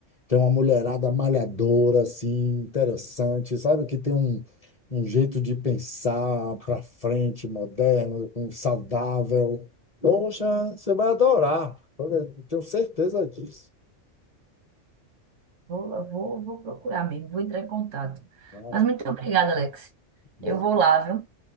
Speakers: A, on the left; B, on the right.
A: Tem uma mulherada malhadora, assim, interessante, sabe? Que tem um, um jeito de pensar para frente, moderno, com- saudável. Poxa, você vai adorar, Olha, eu tenho certeza disso.
B: vou, vou, vou procurar mesmo, vou entrar em contato.
A: Não,
B: Mas muito obrigada, Alex.
A: não,
B: Eu vou lá, viu?